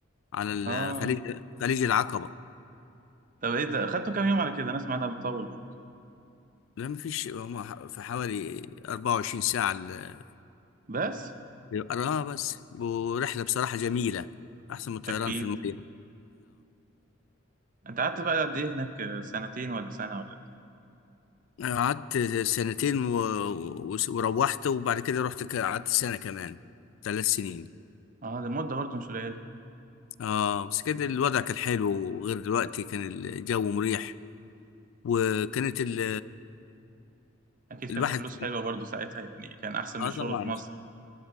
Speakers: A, on the left (about 70°); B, on the right (about 40°).
A: على ال-
B: آه
A: خليج خليج العقبة
B: طب إيه ده خدته كام يوم على كده؟ أنا أسمع إنها بتطول برضه
A: لا مفيش هم في حوالي 24 ساعة ال-
B: بس
A: اه بس ورحلة بصراحة جميلة أحسن من الطيران
B: أكيد
A: في المية
B: أنت قعدت بقى قد إيه هناك آه، سنتين ولا سنة ولا قد إيه؟
A: قعدت سنتين و... و... وروحت وبعد كده رحت ك- قعدت سنة كمان ثلاث سنين
B: اه ده مدة برضه مش قليلة
A: اه بس كده الوضع كان حلو وغير دلوقتي كان الجو مريح وكانت ال...
B: أكيد كانت
A: الواحد
B: الفلوس
A: كان-
B: حلوة برضه ساعتها يعني كان أحسن
A: اه
B: من الشغل
A: طبعا
B: في مصر